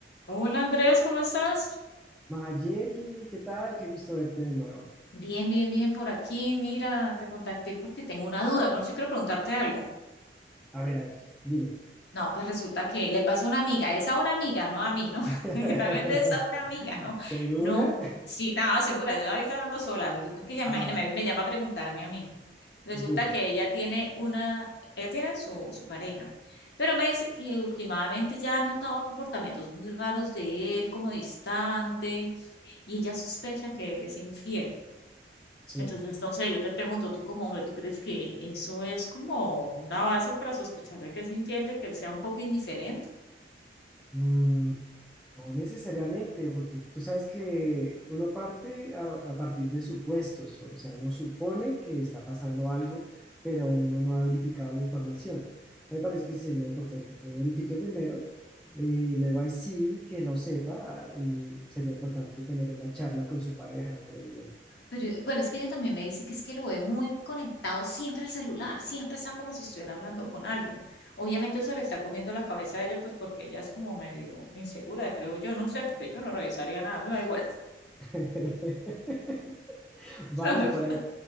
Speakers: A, on the left; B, in the centre.
A: Hola Andrés, ¿cómo estás?
B: Mayeli, ¿qué tal? Qué gusto verte de nuevo.
A: Bien, bien, bien por aquí. Mira, te contacté porque tengo una duda. No sé si quiero preguntarte algo.
B: A ver, a ver, dime.
A: No, pues resulta que le pasó a una amiga. Es a una amiga, no a mí, ¿no?
B: <laughs>
A: <laughs> Realmente es a una amiga, ¿no?
B: ¿Segura?
A: No,
B: <laughs>
A: sí, nada, segura. Yo ahí está andando sola. Resulta que ella, imagínate,
B: Ah,
A: me, me llama a preguntarme a mí. Resulta
B: dime.
A: que ella tiene una, ella tiene su, su pareja, pero me dice que últimamente ya ha notado comportamientos muy raros de él, como distante, y ella sospecha que él es infiel.
B: Sí.
A: Entonces, no sé, yo te pregunto, tú como hombre, ¿tú crees que eso es como una base para sospechar de que es infiel, de que él sea un poco indiferente?
B: Mm, no necesariamente, porque tú sabes que uno parte a, a partir de supuestos, o sea, uno supone que está pasando algo, pero uno no ha verificado la información. A mí me parece que sí sería importante que verifique primero y luego ahí sí que lo sepa ah, y sería importante tener una charla con su pareja, creo yo.
A: Pero bueno, es que ella también me dice que es que lo ve muy conectado siempre al celular, siempre está como si estuviera hablando con alguien. Obviamente eso le está comiendo la cabeza a ella, pues porque ella es como medio insegura, creo yo, no sé, porque yo no revisaría nada, me da igual.
B: <laughs> Vale,
A: <laughs>
B: por ahí.